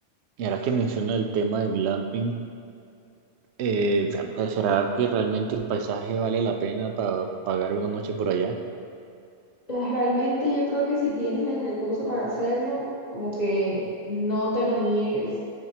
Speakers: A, on the right (about 70°); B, on the left (about 35°).
A: Y ahora que menciona el tema del glamping. Eh, ¿será que realmente el paisaje vale la pena para pagar una noche por allá?
B: Pues, Realmente yo creo que si tienes el recurso para hacerlo, como que no te lo niegues,